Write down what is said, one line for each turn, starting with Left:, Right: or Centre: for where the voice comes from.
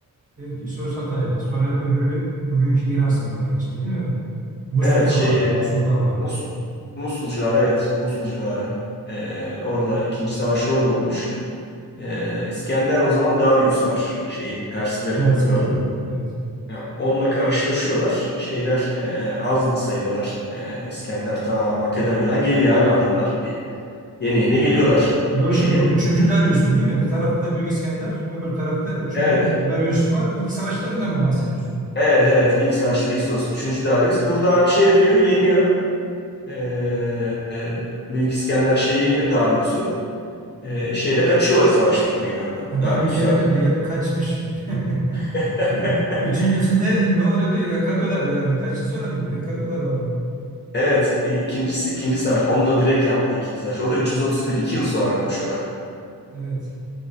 Right: Evet Üsos Hatay'da. Sonra öbürü bugünkü İran sınırları içinde değil mi? Musul'da
Left: Evet şey
Right: vardı.
Left: e,
Right: Musul'da vardı.
Left: Mus- Musul, civarı evet Musul civarı. E, orada ikinci savaş orada olmuş. E, İskender o zaman Darius var şeyin Perslerin
Right: Beyaz
Left: kralı.
Right: Kralı. Evet.
Left: Ya, Onunla karşılaşıyorlar. Şeyler e, az sayıdalar. E, İskender ta Makedonya'dan geliyor abi adamlar. E, yeni yeni geliyorlar e,
Right: Doğru
Left: şeye.
Right: şimdi bu üçüncü Darius'tu değil mi? Bir tarafta Büyük İskender, öbür tarafta üçüncü
Left: Evet.
Right: Darius var. İlk savaşlarından mı bahsediyorsun?
Left: Evet evet. İlk savaşlar İssos. Üçüncü Darius. Burada abi şey yapıyor. Yeniyor. E, e, Büyük İskender şey yeniyor Darius'u. E, şeyde kaçıyor savaş meydanından.
Right: Adam
Left: Darius
Right: bir kere
Left: zaten.
Right: dedi ki hep kaçmış. <laughs>
Left: <laughs>
Right: Üçüncüsünde ne oluyordu? Yakalıyorlardı herhalde. Birkaç yıl sonra mıydı? Yakalıyorlar adamı.
Left: Evet. e, ikincisi ikinci savaş. Onunla direkt yaptığı ikinci savaş. O da 331 iki yıl sonra olmuş o da.
Right: Evet.